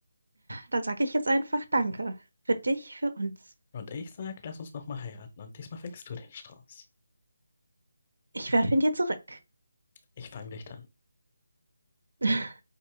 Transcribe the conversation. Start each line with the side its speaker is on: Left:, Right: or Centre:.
Right: Dann sage ich jetzt einfach Danke. Für dich, für uns.
Left: Und ich sag, lass uns nochmal heiraten und diesmal fängst du den Strauß.
Right: Ich werfe ihn dir zurück.
Left: Ich fang dich dann.
Right: <laughs>